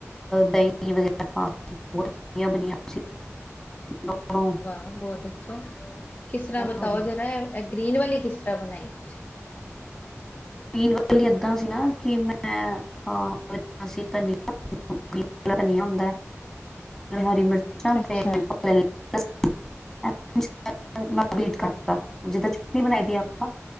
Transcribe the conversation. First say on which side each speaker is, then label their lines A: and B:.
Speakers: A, in the centre; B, on the left.
A: ਦਹੀਂ ਵਗੈਰਾ ਬੋਤ ਵਧੀਆ ਬਣੀ ਹੋਈ ਸੀ। <inaudible>
B: ਹਾਂ ਬਹੁਤ ਅੱਛਾ ਕਿਸ
A: ਹੋਰ
B: ਤਰ੍ਹਾਂ ਬਤਾਓ ਜਰਾ ਐ ਗ੍ਰਰੀਨ ਵਾਲੀ ਕਿਸ ਤਰ੍ਹਾਂ ਬਣਾਈ ਤੁਸੀਂ।
A: ਗਰੀਨ ਵਾਲੀ ਏਦਾਂ ਸੀ ਨਾ ਕਿ ਮੈਂ ਹਾਂ <unintelligible> ਗਰੀਨ ਵਾਲਾ ਧਨੀਆਂ ਹੁੰਦਾ ਹਰੀ ਮਿਰਚਾਂ
B: ਅੱਛਾ
A: ਤੇ <unintelligible> <unintelligible> ਕਰਤਾ ਜਿੱਦਾਂ ਚਟਨੀ ਬਣਾਈ ਦੀ ਆਪਾਂ